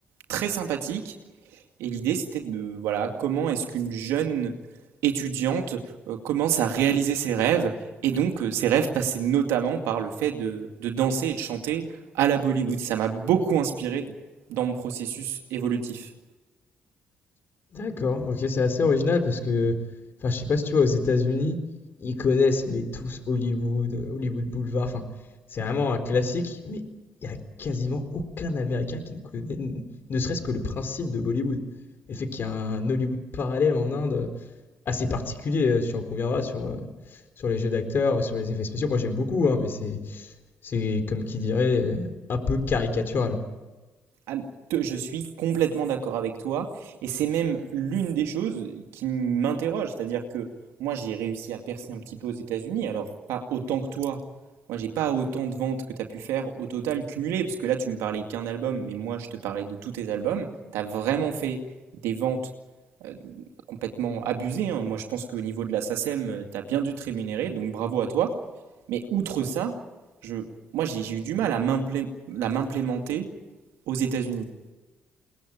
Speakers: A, on the right; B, on the left.
A: très sympathique Et l'idée, c'était de, voilà, comment est-ce qu'une jeune étudiante euh, commence à réaliser ses rêves. Et donc, euh, ses rêves passaient notamment par le fait de, de danser et de chanter à la Bollywood. Ça m'a beaucoup inspiré dans mon processus évolutif.
B: D'accord, ok, c'est assez original parce que, enfin, je sais pas si tu vois, aux États-Unis, ils connaissent, mais tous Hollywood, euh, Hollywood Boulevard, enfin, c'est vraiment un classique, mais il y a quasiment aucun Américain qui ne connaît, n- ne serait-ce que le principe de Bollywood. Et le fait qu'il y a un Hollywood parallèle en Inde euh, assez particulier, euh, tu en conviendras, sur, euh, sur les jeux d'acteurs, euh, sur les effets spéciaux. Moi, j'aime beaucoup, hein, mais c'est, c'est comme qui dirait, euh, un peu caricatural.
A: Ah, te- je suis complètement d'accord avec toi, et c'est même l'une des choses qui m'interroge, c'est-à-dire que moi j'ai réussi à percer un petit peu aux États-Unis, alors pas autant que toi, moi j'ai pas autant de ventes que tu as pu faire au total cumulé, parce que là tu me parlais qu'un album, mais moi je te parlais de tous tes albums, tu as vraiment fait des ventes euh, complètement abusées, hein. Moi je pense qu'au niveau de la SACEM, tu as bien dû te rémunérer, donc bravo à toi, mais outre ça, je, moi j'ai j'ai eu du mal à m'implé- à m'implémenter aux États-Unis.